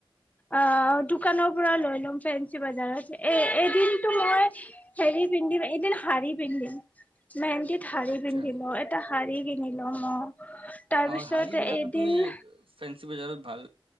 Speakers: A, on the left (about 15°); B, on the right (about 85°).
A: অ', দোকানৰ পৰা লৈ ল'ম ফেঞ্চি বজাৰত। এ এ এদিনতো মই হেৰি পিন্ধিম, এদিন শাড়ী পিন্ধিম। মেহিন্দীত শাড়ী
B: আচ্ছা
A: পিন্ধি মই, এটা শাড়ী কিনি ল'ম অ। তাৰপিছত
B: অ', শাড়ীবিলাকতো
A: এদিন
B: তুমি ফেন্সী বজাৰত ভাল